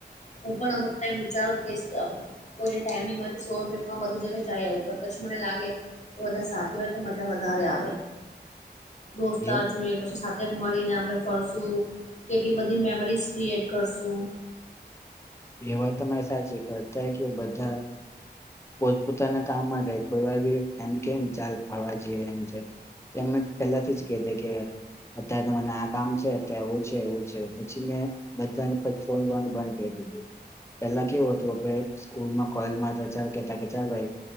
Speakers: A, on the left; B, on the left.
A: હું પણ અમુક ટાઈમ વિચારું કે કોઈને ટાઈમ મળય તો સોલો ટ્રીપમાં બધી જગ્યા જાય આવ પણ પછી મને લાગે એ બધા સાથે હોય તો મજા વધારે આવે, દોસ્તાર
B: એ
A: જોઈએ પછી તેમ મળીને આપણે ફરશું, કેટલી બધી મેમરીઝ ક્રિએટ કરશું.
B: એ વાત તમારી સાચી પણ ત કેવું બધા પોતપ પોતાના કામમાં રહે એમ કેમ ચાલ ફરવા જઈએ એમ એ પેલાથી જ કધે કે અત્યારે ત મને આ કામ છે અત્યારે એું છે એવું છે પછી મેં બધજાને પછી ફોન કરવાનું બંધ કરી દીધું પેલા કેવું હતું આપણે સ્કૂલમાં કોલેજમાં ચાલ કેતા કે ચાલ ભાઈ